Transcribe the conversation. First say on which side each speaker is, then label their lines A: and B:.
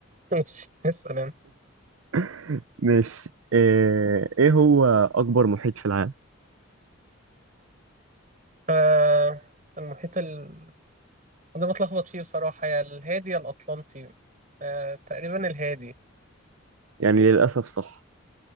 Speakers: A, on the right (about 40°); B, on the right (about 80°).
A: ماشي اسأل أنت
B: <laughs> ماشي آه... ايه هو أكبر محيط في العالم؟
A: آه المحيط ال ده بتلخبط فيه بصراحة يا الهادي يا الأطلنطي آه تقريبا الهادي
B: يعني للأسف صح